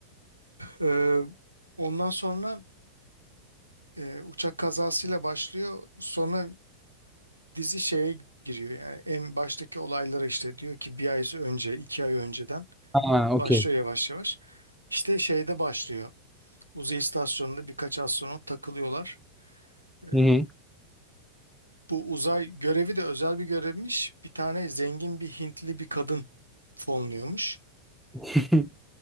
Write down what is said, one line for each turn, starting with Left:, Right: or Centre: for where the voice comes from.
Right: Ee, ondan sonra e, uçak kazasıyla başlıyor. Sonra dizi şeye giriyor. Yani en baştaki olaylara işte diyor ki bir ay önce, iki ay önceden
Centre: Ha, okey.
Right: başlıyor yavaş yavaş. İşte şeyde başlıyor. Uzay istasyonunda birkaç astronot takılıyorlar. Ee,
Centre: Hı hı.
Right: bu uzay görevi de özel bir görevmiş. Bir tane zengin bir Hintli bir kadın fonluyormuş.
Centre: <laughs>